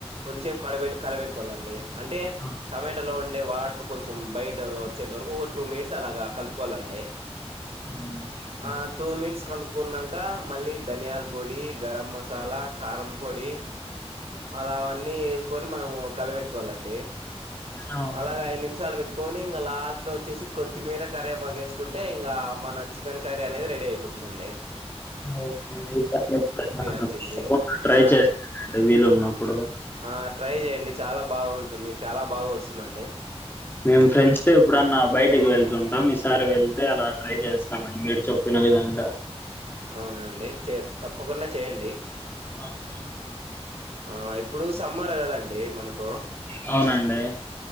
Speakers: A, on the right (about 65°); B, on the left (about 20°).
A: కొంచేపు కడవెల్ కలబెట్టుకోవాలండి అంటే
B: ఆ,
A: టమేటాలో ఉన్ డే వాటర్ కొంచెం బయటకు వచ్చేంత వరకు ఒక టూ మినిట్స్ అలాగా కలుపుకోవాలండి.
B: ఆ, ఓకే.
A: ఆ టూ మినిట్స్ కలుపుకున్నాంక్ కా మళ్ళీ ధనియాల్ పొడి గరం మసాలా, కారం పొడి అలా అవన్నీ వేసుకొని మనము కలపెట్క్ క్కోలండి
B: అవునండి
A: అలాగ ఐదు నిమిషాలు పెట్టుక్ కొని ఇంకా లాస్ట్లో వచ్చేసి కొత్తిమీర కరివేపాకు వేసుకుంటే ఇంకా మన చికెన్ కర్రీ అనేది రెడీ అయిపోత్ తుందందే
B: ఓకే <unintelligible>
A: వచ్చేసి
B: ట్రై
A: దాన్
B: చేస్తానండి వీలు ఉన్నప్పుడు
A: ఆ ట్రై చేయండి. చాలా బాగా ఉంటుంది. చాలా బాగా వస్తుందండి.
B: మేము ఫ్రెండ్స్ తో ఎప్పుడన్నా బయటికి వెళ్తుంటాం ఈసారి వెళ్తే అలా ట్రై చేస్తామన్ మీడు చెప్పిన విధంగా
A: అవునా అండి చే తప్పకుండా చేయండి
B: ఓకే
A: ఆ ఇప్పుడు సమ్మర్ కదాండి మనకు
B: అవునండీ